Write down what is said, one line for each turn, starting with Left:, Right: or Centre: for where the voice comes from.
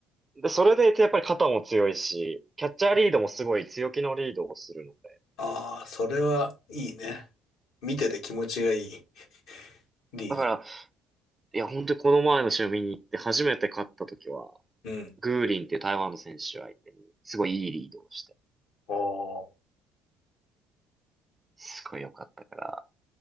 Right: で、それでいてやっぱり肩も強いし、キャッチャーリードもすごい強気のリードをするので。
Left: ああ、それはいいね。見てて気持ちがいいリード。
Right: だから、いや、本当にこの前の試合見に行って初めて勝った時は、
Left: うん。
Right: グーリンっていう台湾の選手相手に、すごいいいリードをして、
Left: ああ。
Right: すごい良かったから、